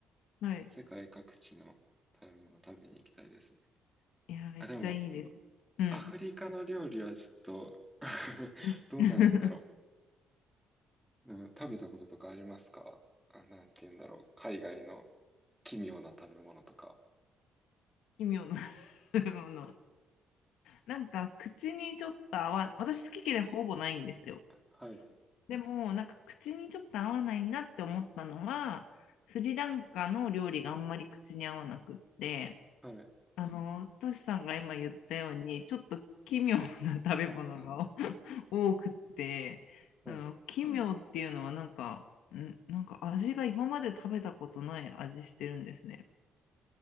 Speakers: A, on the left; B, in the centre.
A: はい。
B: 世界各地の食べ物食べに行きたいですね。
A: いや、めっちゃいいです。
B: あ、でも、
A: うん。
B: アフリカの料理はちょっと <laughs>
A: うん
B: どんななんだろ
A: <laughs>
B: う。うん食べたこととかありますかあ、なんて言うんだろう。海外の奇妙な食べ物とか。
A: 奇妙な <laughs> もの。なんか口にちょっと合わ、私好き嫌いほぼないんですよ。
B: はい、
A: でもなんか口にちょっと合わないなって思ったのは、スリランカの料理があんまり口に合わなくって、
B: はい。
A: あの、トシさんが今言ったように、ちょっと奇妙な食べ物が <laughs> 多くって、<laughs>
B: うん。
A: あの、奇妙っていうのはなんか、ん、なんか味が今まで食べたことない味してるんですね。